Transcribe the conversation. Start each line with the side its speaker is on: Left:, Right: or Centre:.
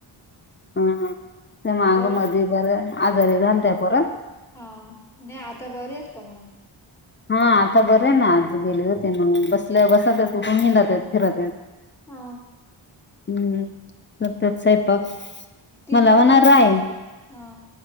Left: हम्म त्या माग
Centre: बरं
Left: मध्ये बर आजारी झालत्या परत
Centre: हा नाय आता बरे आहेत का मंग
Left: हा आता बरं आहे ना आज गेले होते म्हणून बसल्या बसातच उठून हिंडतेत, फिरतेत
Centre: ह
Left: हम्म सतत सैपाक
Centre: तिला
Left: मला होणाराय
Centre: पण हा